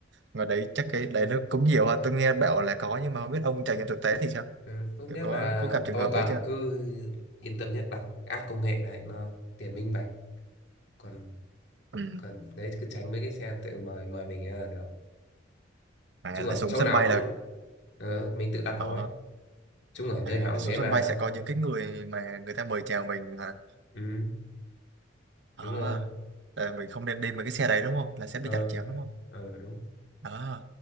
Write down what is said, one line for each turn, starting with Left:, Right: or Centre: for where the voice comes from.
Right: ngoài đấy chắc cái đấy nó cũng nhiều ha tôi nghe bảo là có nhưng mà không biết ông trải nghiệm thực tế thì sao
Left: Ừ, tốt nhất
Right: kiểu có
Left: là
Right: có gặp trường
Left: tôi
Right: hợp
Left: toàn
Right: đấy chưa
Left: cứ yên tâm nhất là app công nghệ đấy nó tiền minh bạch còn
Right: Ừ.
Left: còn đấy cứ tránh mấy cái xe tự mời mời mình là được
Right: à
Left: chung
Right: là
Left: ở
Right: xuống
Left: chỗ
Right: sân
Left: nào
Right: bay
Left: cũng
Right: là
Left: ờ, mình tự đặt
Right: ờ,
Left: thôi chung ở nơi
Right: à,
Left: nào
Right: là
Left: cũng
Right: xuống
Left: thế mà
Right: sân bay sẽ có những cái người mà người ta mời chào mình hả
Left: ừ,
Right: à,
Left: đúng rồi
Right: là mình không nên đi với cái xe đấy đúng không là sẽ
Left: ờ
Right: bị chặt chém đúng không
Left: ờ đúng
Right: à,